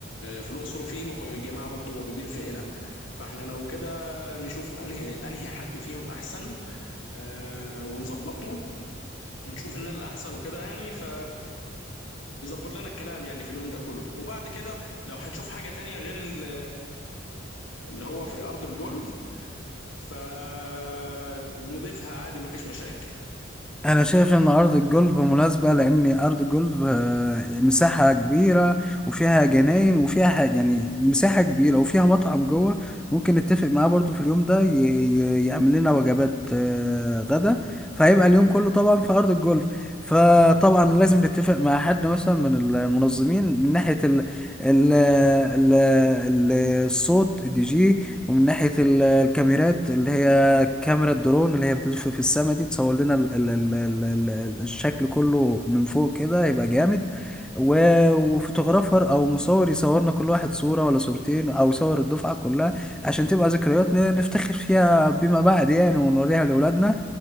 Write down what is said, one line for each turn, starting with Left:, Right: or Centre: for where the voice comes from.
Left: في الأقصر وفي مو- جماعة برضو موجودين في قنا فاحنا لو كده نشوف انهي انهي حد فيهم احسن آه ونظبطه ونشوف ان الاحسن وكده يعني ف يظبط لنا الكلام يعني في اليوم ده كله وبعد كده لو هنشوف حاجة تانية غير ال- اللي هو في ارض الجولف فنضيفها عادي مفيش مشاكل
Centre: انا شايف ان ارض الجولف مناسبه لان ارض الجولف آه، مساحه كبيره وفيها جناين وفيها حاجة يعني مساحه كبيره وفيها مطعم جوه ممكن نتفق معاه برضو في اليوم ده ي- ي- يعمل لنا وجبات آه، غدا فهيبقى اليوم كله طبعا في ارض الجولف فطبعا لازم نتفق مع حد مثلا من المنظمين من ناحيه ال ال ال ال- الصوت الدي جي ومن ناحيه ال- الكاميرات اللي هي كاميرا الدرون اللي هي بتلف في السما دي تصور لنا ال ال ال ال ال ال- الشكل كله من فوق كده يبقى جامد و- وفوتوغرافر او مصور يصورنا كل واحد صورة ولا صورتين او يصور الدفعة كلها عشان تبقى ذكريات ن- نفتخر فيها بما بعد يعني ونوريها لاولادنا